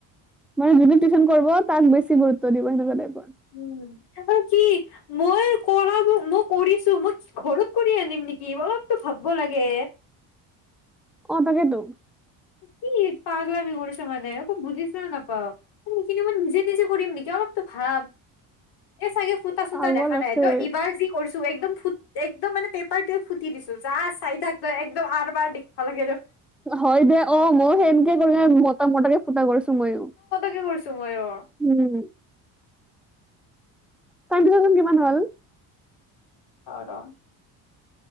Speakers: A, in the centre; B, on the left.
A: মান যুনি টিউচন কৰিব তাক বেছি গুৰুত্ব দিব সেনেকুৱা টাইপৰ।
B: উম, আৰু কি মই কৰা মই কৰিছো মই ঘৰত কৰি আনিম নেকি অলপতো ভাবব লাগে।
A: অ', তাকেইটো।
B: কি পাগলামি কৰিছ' মানে অকৌ বুজিছো নাপাওঁ মানে সেইখিনি মই নিজে নিজে কৰিম নেকি অলপতো ভাব। এ চাগে ফুটা চুটা
A: পাগল
B: দেখা নাই
A: আছে
B: ত' এইবাৰ যি কৰিছ'- একদম ফুট একদম মানে পেপাৰটোৱে ফুটি দিছো যা চাই থাক একদম আৰ বাৰ দেখা লাগ
A: হয় দে। অ', ময়ো সেনেকে কৰি মতা মতাকে ফুটা কৰিছো ময়ো।
B: <inaudible> তুময়ো।
A: উম টাইমটো চাচোন কিমান হ'ল?
B: অ', ৰ'।